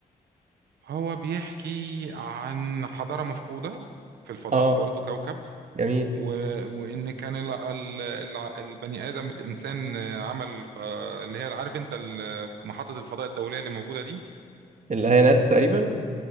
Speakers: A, on the right; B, on the right.
A: هو بيحكي عن حضارة مفقودة في الفضاء
B: اه
A: برضو كوكب
B: جميل
A: و... وإن كان ال... ال... ال- البني آدم الإنسان آه، عمل آه، اللي هي عارف أنت ال- محطة الفضاء الدولية اللي موجودة دي
B: اللي هي ناس تقريبا